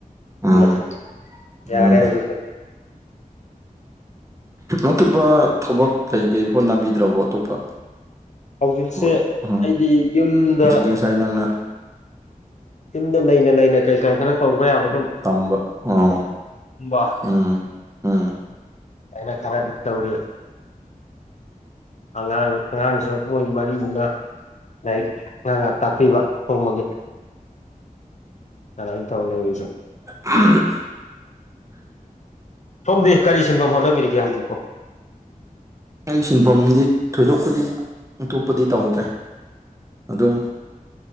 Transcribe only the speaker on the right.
ꯎꯝ
ꯎꯝ
ꯑꯇꯣꯞꯄ ꯊꯕꯛ ꯀꯩ ꯀꯩ ꯍꯣꯠꯅꯕꯤꯗ꯭ꯔꯕꯣ ꯑꯇꯣꯞꯄ
ꯊꯕꯛ ꯎꯝ
ꯍꯧꯖꯤꯛꯀꯤ ꯉꯁꯥꯏ ꯅꯪꯅ
ꯇꯝꯕ ꯑꯣ
ꯎꯝ ꯎꯝ
ꯎꯝ <unintelligible>
ꯑꯩ ꯁꯤꯟꯐꯝꯗꯤ ꯊꯣꯏꯗꯣꯛꯄꯨꯗꯤ ꯑꯇꯣꯞꯄꯗꯤ ꯇꯧꯗ꯭ꯔꯦ ꯑꯗꯨꯝ